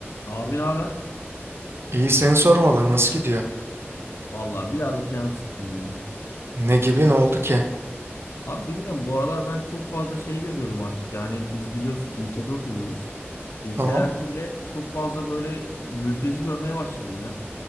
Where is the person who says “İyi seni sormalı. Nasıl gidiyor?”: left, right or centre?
Right